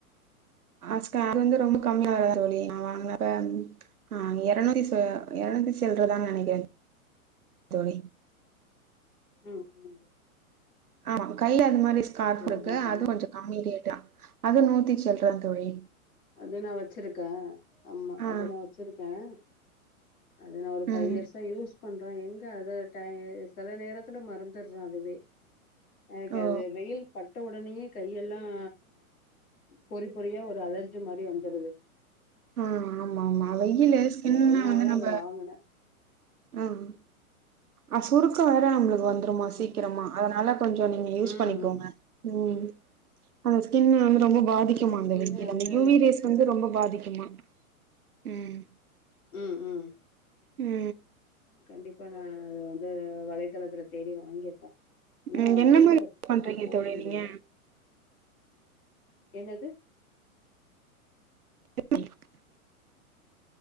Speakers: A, on the right; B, on the left.
A: ஆ ஸ்கா அது வந்து ரொம்ப கம்மியா வரா தோழி ந வாங்கினப்ப ஆ எருநூத்தி எரநூத்தி சில்றதா நெனைக்கிறே தோழி
B: ம் ம்
A: ஆ கைல அந் மாரி ஸ்கார்ப்
B: சரி
A: இருக்கு
B: நா கண்
A: அது கொஞ்சோ கம்மி ரேட் ல அது நூத்தி சில்ற அங்டு வை
B: அது நான் வச்சிருக்கேன் ஆமா
A: ஆ
B: அது நான் வச்சிருக்கேன் அது நான் ஒரு ஃபைவ்
A: ம்
B: இர்ஸ்ஸா யூஸ் பண்றே எங்க அத டை சில நேரத்துல மறந்துட்றே அதுவே எனக்கு
A: ஓ
B: அது வெயில் பட் பட்ட உடனேயே கையெல்லாம் பொறி பொறியா ஒரு அலர் மாரி வந்துடுது
A: ஆஹ் ஆமா ஆமா வெயிலு ஸ்கின்ன
B: அதனாலதா
A: வந்து நம்ம
B: அத வாங்குனே
A: ஆஹ் அ சுருக்க வேற நம்மளுக்கு வந் துருமா
B: ரொம்ப
A: சீக்கிரமா
B: நா
A: அதனால கொஞ்சம் நீங்க யூஸ்
B: ம்
A: பண்ணிக்கோங்க உம் அத ஸ்கின் ரொம்ப பாதிக்குமா
B: அதா
A: அந்த
B: ஸ்கின்னு
A: வெயில்
B: வந்து
A: அந்த யூவி ரேஸ் வந்து ரொம்ப பாதிக்குமா உம்
B: உம் உம்
A: உம்
B: கண்டிப் இப்ப நா அது வந்து வலைத்தளத்துல தேடி வாங்கிருப்பே ஆனா
A: ம் என்ன
B: வெயில்ல
A: மாரி
B: சுத்தமா
A: பண்றீங்க
B: போக
A: தோழி
B: முடியல
A: நீங்க
B: என்னது
A: <inaudible>